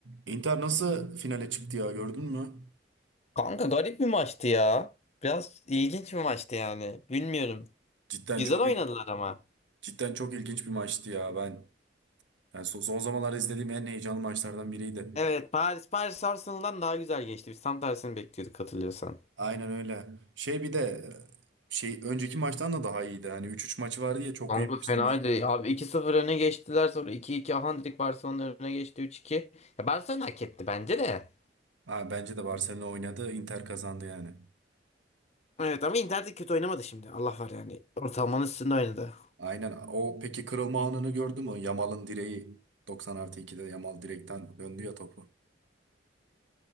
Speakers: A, on the right; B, on the left.
A: Inter nasıl finale çıktı ya gördün mü?
B: Kanka garip bir maçtı ya. Biraz ilginç bir maçtı yani. Bilmiyorum.
A: Cidden
B: Güzel
A: çok
B: oynadılar ama.
A: cidden çok ilginç bir maçtı ya. Ben yani son, son zamanlarda izlediğim en heyecanlı maçlardan biriydi.
B: Evet Paris Paris Arsenal'dan daha güzel geçti. Biz tam tersini bekliyorduk hatırlıyorsan.
A: Aynen öyle. Şey bir de şey önceki maçtan da daha iyiydi. Hani 3-3 maçı vardı ya çok
B: Kanka
A: iyi maç
B: fenaydı.
A: demiş.
B: Abi iki sıfır öne geçtiler sonra iki iki 2 Handrik Barcelona öne geçti üç iki. Ya Barcelona hak etti bence de.
A: Ha, bence de Barcelona oynadı, Inter kazandı yani.
B: Evet ama Inter de kötü oynamadı şimdi. Allah var yani. Ortalamanın üstünde oynadı.
A: Aynen. O peki kırılma anını gördü mü? Yamal'ın direği 90 artı 2'de Yamal direkten döndü ya topu.